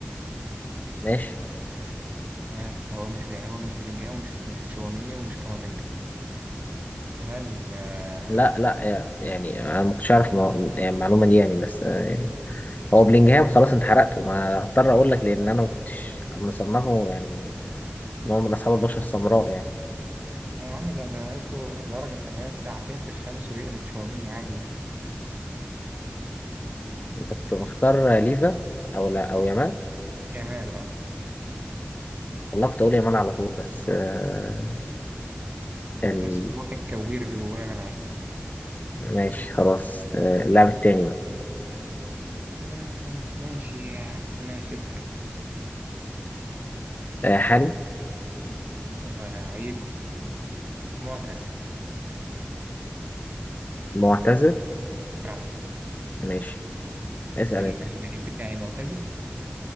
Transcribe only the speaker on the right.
تمام هو مش يعني هو مش بلينجهام ومش مش تشواميني ومش كامافينجا هل آه،
يا عم ده ده ناقص له درجة كمان ساعتين في الشمس ويقلب تشاوميني عادي يعني
جمال اه
بس روح الكوير اللي جوايا منعك
آه ماشي آه ماشي اسأل اسأل
هو لعيب معتزل
اه
اللعيب
بتاعي معتزل